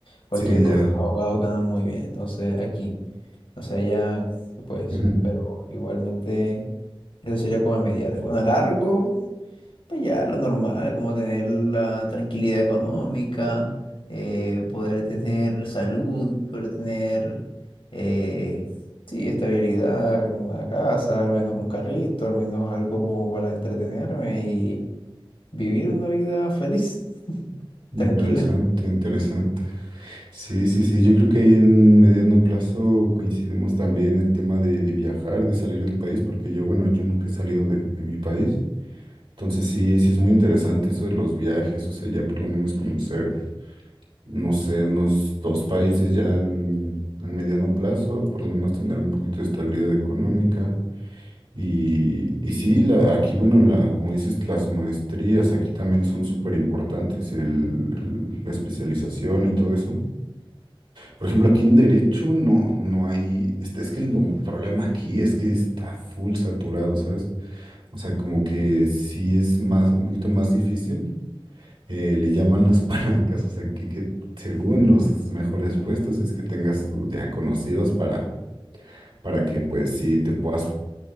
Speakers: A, on the left; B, on the right.
A: Cualquier
B: Sí, ya.
A: cosa, los abogados ganan muy bien. Entonces, aquí. O sea, ya, pues,
B: Ujú.
A: pero igualmente eso sería como a mediado. Y bueno, a largo, pues ya lo normal, como tener la tranquilidad económica, eh, poder tener salud, poder tener, eh, sí, estabilidad, una casa, al menos un carrito, al menos algo como para entretenerme y vivir una vida feliz, <laughs>
B: Interesante,
A: tranquila.
B: interesante. Sí, sí, sí, yo creo que ahí en mediano plazo coincidimos también en el tema de, de viajar, de salir del país, porque yo, bueno, yo nunca he salido de, de mi país. Entonces sí, sí es muy interesante eso de los viajes, o sea, ya por lo menos conocer, no sé, unos dos países ya en, en mediano plazo, por lo menos tener un poquito de estabilidad económica. Y, y sí, la- aquí, bueno, la, como dices, las maestrías aquí también son súper importantes, el- el- la especialización y todo eso. Por ejemplo, aquí en Derecho no, no hay, este, es que el, el problema aquí es que está full saturado, ¿sabes? O sea, como que sí es más, un poquito más difícil, eh, le llaman las <laughs> palancas, o sea, aquí que según los mejores puestos es que tengas tus ya conocidos para para que pues sí te puedas